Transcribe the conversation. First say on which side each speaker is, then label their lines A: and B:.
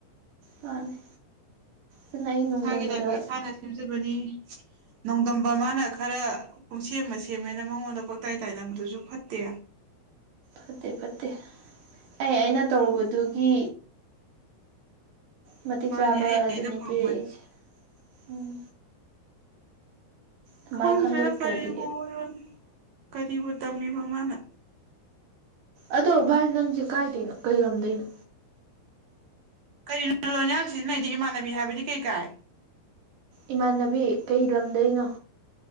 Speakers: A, on the right; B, on the right.
A: ꯃꯥꯅꯦ ꯑꯗꯨꯅ ꯑꯩ ꯅꯣꯡꯗꯝꯕꯗ
B: ꯏꯁꯥꯒꯤ ꯂꯥꯏꯕꯛ ꯏꯁꯥꯅ ꯁꯦꯝꯖꯕꯅꯤ ꯅꯣꯡꯗꯝꯕ ꯃꯥꯅ ꯈꯔ ꯄꯨꯡꯁꯦꯝ ꯃꯁꯦꯝꯃꯦꯅ ꯃꯉꯣꯟꯗ ꯄꯪꯇꯥꯏ ꯇꯥꯏꯅꯕꯗꯨꯁꯨ ꯐꯠꯇꯦ
A: ꯐꯠꯇꯦ ꯐꯠꯇꯦ ꯑꯩ ꯑꯩꯅ ꯇꯧꯔꯨꯕꯗꯨꯒꯤ ꯃꯇꯤꯛ
B: ꯃꯥꯅꯦ
A: ꯆꯥꯕ
B: ꯑꯩ
A: ꯑꯗꯨꯅꯤ
B: ꯑꯩꯅ ꯐꯪꯕꯅꯤ
A: ꯄꯤꯔꯛꯏꯁꯦ ꯎꯝ ꯑꯗꯨꯃꯥꯏ
B: ꯈꯪꯗ꯭ꯔꯦꯗ
A: ꯈꯟꯗꯣꯛꯇ꯭ꯔꯗꯤ
B: ꯀꯔꯤꯕꯨ ꯑꯣꯏꯔꯣ ꯀꯔꯤꯕꯨ ꯇꯝꯃꯤꯕ ꯃꯥꯅ
A: ꯑꯗꯣ ꯚꯥꯏ ꯅꯪꯁꯦ ꯀꯥꯏꯗꯩꯅꯣ ꯀꯩ ꯂꯝꯗꯩꯅꯣ
B: ꯀꯔꯤꯅꯣ ꯂꯣꯟꯌꯥꯟ ꯁꯤꯖꯤꯟꯅꯩꯗꯤ ꯏꯃꯥꯟꯅꯕꯤ ꯍꯥꯏꯕꯗꯤ ꯀꯩꯀꯥꯏ
A: ꯏꯃꯥꯟꯅꯕꯤ ꯀꯩ ꯂꯝꯗꯩꯅꯣ